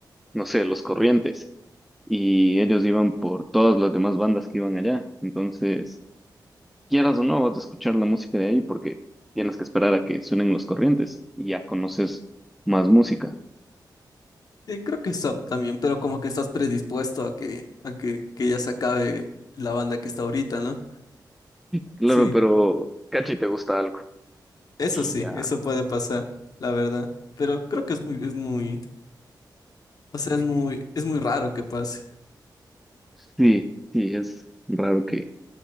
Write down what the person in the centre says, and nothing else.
no sé, Los Corrientes y ellos iban por todas las demás bandas que iban allá, entonces... quieras o no, vas a escuchar la música de ahí porque tienes que esperar a que suenen los corrientes y ya conoces más música.
Claro,
pero Cachi te gusta algo
y
ya.
Sí, sí, es raro que,